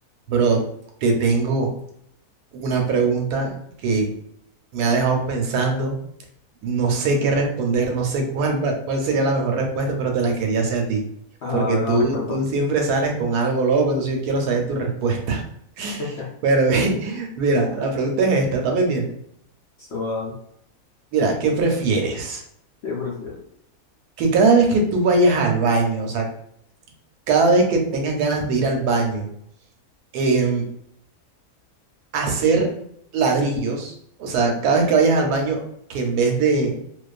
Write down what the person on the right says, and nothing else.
Bro, te tengo una pregunta que me ha dejado pensando. No sé qué responder, no sé cuál va- cuál sería la mejor respuesta, pero te la quería hacer a ti,
porque
tú,
tú siempre sales con algo loco, entonces yo quiero saber tu respuesta.
<laughs> Pero mi- mira, la pregunta es esta, está pendiente.
Mira, ¿qué prefieres?
Que cada vez que tú vayas al baño, o sea, cada vez que tengas ganas de ir al baño, em, hacer ladrillos, o sea, cada vez que vayas al baño, que en vez de